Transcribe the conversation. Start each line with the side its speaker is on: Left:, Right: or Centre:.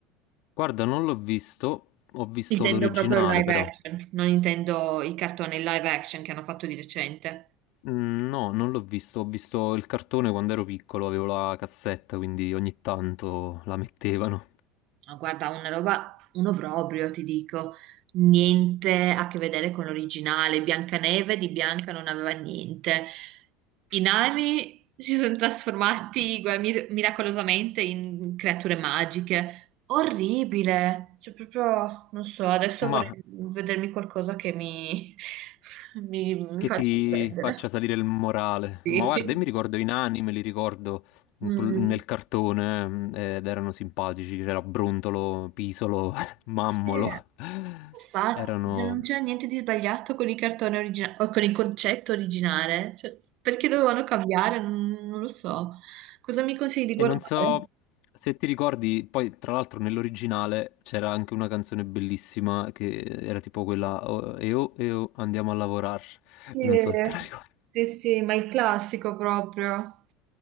Left: Guarda, non l'ho visto, ho visto
Right: Intendo
Left: l'originale
Right: proprio il live
Left: però.
Right: action, non intendo i cartoni live action che hanno fatto di recente.
Left: Mm, no, non l'ho visto, ho visto il cartone quando ero piccolo, avevo la cassetta, quindi ogni tanto la mettevano.
Right: Ma Guarda, una roba, uno proprio, ti dico, niente a che vedere con l'originale. Biancaneve di Bianca non aveva niente. I nani si sono trasformati guarda, mir- miracolosamente in creature magiche. Orribile! Cioè, proprio, non so, adesso
Left: Ma
Right: vorrei vedermi qualcosa che mi, <laughs> mi, mi
Left: che
Right: faccia
Left: ti
Right: prendere.
Left: faccia salire il morale.
Right: Sì.
Left: Ma guarda, io mi ricordo i nani, me li ricordo in
Right: Mm,
Left: quel- nel cartone mm, ed erano simpatici, c'era Brontolo, Pisolo, <laughs> Mammolo.
Right: sì. Infatti,
Left: Erano...
Right: cioè, non c'era niente di sbagliato con il cartone originale o con il concetto originale. Cioè, perché dovevano cambiare? Non, non lo so. Cosa mi consigli di
Left: E
Right: guardare?
Left: non so se ti ricordi, poi tra l'altro nell'originale c'era anche una canzone bellissima che era tipo quella "Oh, E oh, e oh, andiamo a lavorare.
Right: Sì,
Left: Non so se te la ricordi.
Right: sì, sì, ma il classico proprio.